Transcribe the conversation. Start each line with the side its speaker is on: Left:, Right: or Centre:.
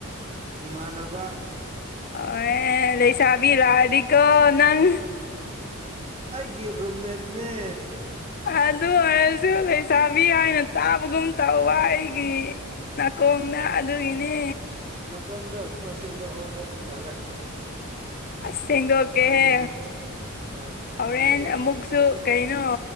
Right: ꯏꯃꯥꯟꯅꯕ꯫
Left: ꯑꯣ ꯑꯦ ꯂꯩꯁꯥꯕꯤꯔꯥꯔꯗꯤꯀꯣ ꯅꯪ
Right: ꯑꯩꯒꯤ ꯔꯨꯝꯃꯦꯠꯅꯦ
Left: ꯑꯗꯨ ꯑꯣꯏꯔꯁꯨ ꯂꯩꯁꯥꯕꯤ ꯍꯥꯏꯅ ꯇꯥꯕꯒꯨꯝ ꯇꯧꯕ ꯑꯩꯒꯤ꯫
Right: ꯑꯁ
Left: ꯅꯥꯀꯣꯡꯅ ꯑꯗꯨꯒꯤꯅꯦ
Right: ꯅꯀꯣꯟꯗꯣ ꯈꯔ꯭ ꯁꯦꯡꯗꯣꯛꯑꯣ ꯃꯣꯠꯄ ꯃꯥꯂꯦ꯫
Left: ꯑꯁ ꯁꯦꯡꯗꯣꯛꯀꯦꯍꯦ
Right: ꯃꯅꯨꯡ ꯍꯣꯏ ꯃꯅꯨꯡꯗ
Left: ꯍꯣꯔꯦꯟ
Right: ꯌꯥꯝ
Left: ꯑꯃꯨꯛꯁꯨ
Right: ꯃꯣꯠꯄ ꯃꯥꯜꯂꯦ
Left: ꯀꯩꯅꯣ꯫